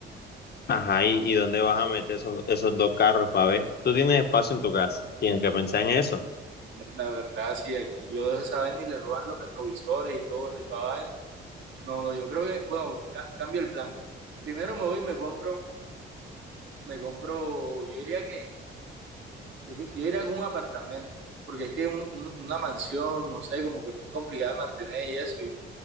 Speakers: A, on the left; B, on the right.
A: ajá, y, ¿y dónde vas a meter esos, esos dos carros para ver? Tú tienes espacio en tu casa. Tienes que pensar en eso.
B: La verdad, sí, aquí yo de esa vez ni le roban los retrovisores y todo, y toda vaina. No, no, yo creo que, bueno, ca- cambio el plan. Primero me voy y me compro, me compro, yo diría que, yo, yo iría con un apartamento, porque es que un- un- una mansión, no sé, como que es muy complicada de mantener y eso, y,